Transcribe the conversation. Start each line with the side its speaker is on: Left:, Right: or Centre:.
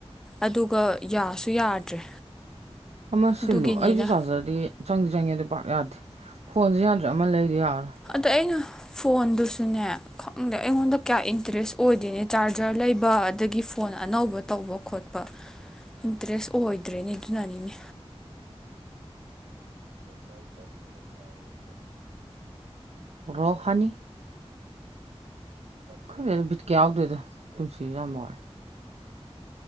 Centre: ꯑꯗꯨꯒ ꯌꯥꯁꯨ ꯌꯥꯗ꯭ꯔꯦ
Right: ꯑꯃ ꯁꯤꯜꯂꯨ
Centre: ꯑꯗꯨꯒꯤꯅꯤꯗ
Right: ꯑꯩꯁꯨ ꯆꯥꯔꯖꯔꯗꯤ ꯆꯪꯗꯤ ꯆꯪꯉꯦ ꯑꯗꯨ ꯄꯥꯛꯅ ꯌꯥꯗꯦ ꯐꯣꯟꯁꯨ ꯌꯥꯗ꯭ꯔꯦ ꯑꯃ ꯂꯩꯗ ꯌꯥꯔꯔꯣꯏ
Centre: ꯑꯗ ꯑꯩꯅ ꯐꯣꯟꯗꯨꯁꯨꯅꯦ ꯈꯪꯗꯦ ꯑꯩꯉꯣꯟꯗ ꯀꯌꯥ ꯏꯟꯇꯔꯦꯁ ꯑꯣꯏꯗꯦꯅꯦ ꯆꯥꯔꯖꯔ ꯂꯩꯕ ꯑꯗꯒꯤ ꯐꯣꯟ ꯐꯣꯟ ꯑꯅꯧꯕ ꯇꯧꯕ ꯈꯣꯠꯄ ꯏꯟꯇꯔꯦꯁ ꯑꯣꯏꯗ꯭ꯔꯦꯅꯦ ꯑꯗꯨꯅꯅꯤꯅꯦ
Right: <unintelligible> ꯔꯣꯍꯅꯤ ꯈꯪꯗꯦꯗ ꯕꯤꯠꯀꯥ ꯌꯥꯎꯗꯦꯗ ꯄꯨꯟꯁꯤꯁꯦ ꯌꯥꯝ ꯋꯥꯏ